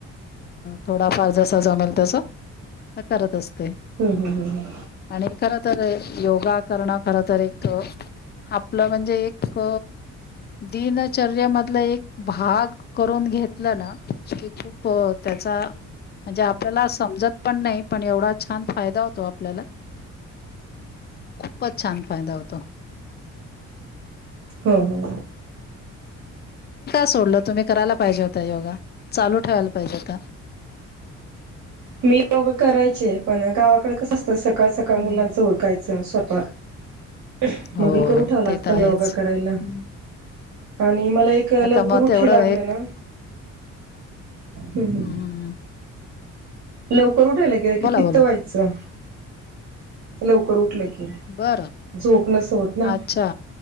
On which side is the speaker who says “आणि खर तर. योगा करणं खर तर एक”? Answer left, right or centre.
Left